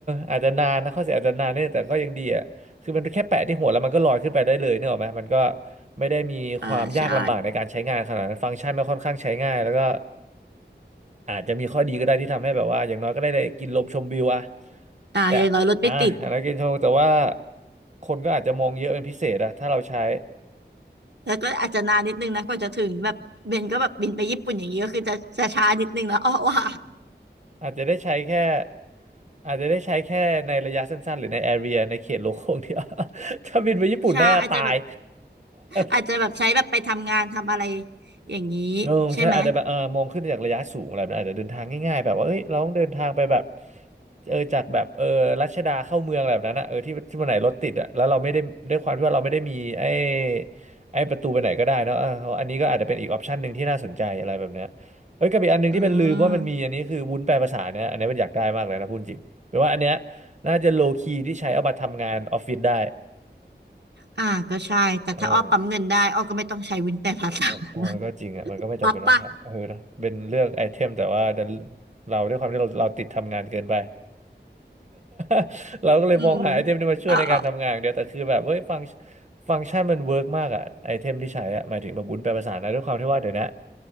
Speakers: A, on the right; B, on the right.
A: อาจจะนานนะข้อเสียอาจจะนานเนี่ยแต่ก็ยังดีอ่ะคือมันแค่แปะที่หัวแล้วมันก็ลอยขึ้นไปได้เลยเนี่ยหรอกไหมมันก็ไม่ได้มีความยากลำบากในการใช้งานขนาดนั้นฟังก์ชันก็ค่อนข้างใช้ง่ายแล้วก็
B: <laughs> อ่าใช่
A: อาจจะมีข้อดีก็ได้ที่ทำให้แบบว่าอย่างน้อยก็ได้ได้กินลมชมวิวอะ
B: อ่าอย่างน้อยรถไม่ติด
A: แต่อ่ะอย่างน้อยกินชมแต่ว่าคนก็อาจจะมองเยอะเป็นพิเศษอะถ้าเราใช้
B: แล้วก็อาจจะนานนิดนึงนะกว่าจะถึงแบบเบนก็แบบบินไปญี่ปุ่นอย่างนี้ก็คือจะจะช้านิดนึงนะ <laughs> อ้อว่า
A: อาจจะได้ใช้แค่อาจจะได้ใช้แค่ในระยะสั้นๆหรือในแอเรียในเขตโลโก้ <laughs> อ่งเดียว <laughs> ถ้าบินไปญี่ปุ่นน่าจะตาย
B: ช้าอาจจะแบบอาจจะแบบใช้แบบไปทำงานทำอะไร
A: <laughs>
B: อย่างนี้
A: เออใช่อาจจะแบบเออมองขึ้นจากระยะสูงอะไรแบบนั้นอาจจะเดินทางง่ายๆแบบว่าเอ้ยเราต้องเดินทางไปแบบ
B: ใช่ไหม
A: เออจากแบบเออรัชดาเข้าเมืองอะไรแบบนั้นอะเออที่ที่วันไหนรถติดอะแล้วเราไม่ได้ด้วยความที่ว่าเราไม่ได้มีไอ้ไอ้ประตูไปไหนก็ได้เนอะเอออันนี้ก็อาจจะเป็นอีกออปชันหนึ่งที่น่าสนใจอะไรแบบเนี้ยเอ้ยกับอีกอันหนึ่งที่เป็นลืมว่ามันมีอันนี้คือวุ้นแปลภาษาเนี่ยอันนี้มันอยากได้มากเลยนะพูดจริงแปลว่าอันเนี้ย
B: อืม
A: น่าจะโลคีที่ใช้เอามาทำงานออฟฟิศได้
B: อ่าก็ใช่แต่ถ้าอ้อปั๊มเงินได้อ้อก็ไม่ต้องใช้วินแปดภาษา
A: เออ เออก็จริงอ่ะมันก็ไม่จำเป็นต้องทำเออนะเป็นเลือกไอเทมแต่ว่าดัน
B: <laughs> วับปะ
A: เราด้วยความที่เราเราติดทำงานเกินไป <laughs> เราก็เลยมองหาไอเทมที่มาช่วยในการทำงานอย่างเดียวแต่คือแบบเฮ้ยฟังก์
B: อืมอ่าอา
A: ฟังก์ชันมันเวิร์กมากอ่ะไอเทมที่ใช้อ่ะหมายถึงแบบบุญแปลภาษานะด้วยความที่ว่าเดี๋ยวนี้